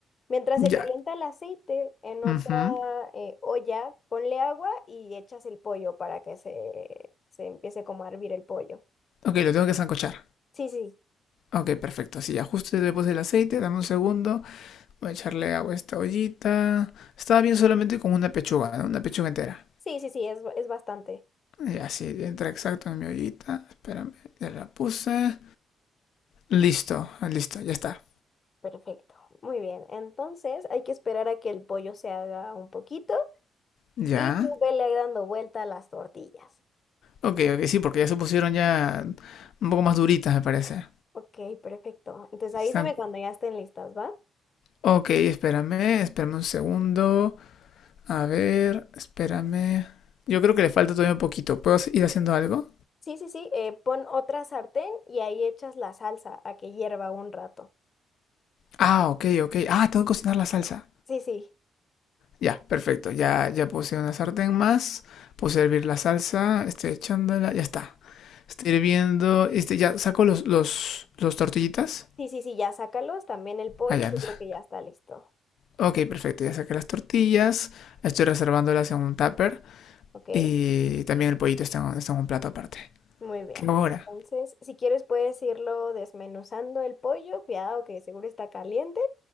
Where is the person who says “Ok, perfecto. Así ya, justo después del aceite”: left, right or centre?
Left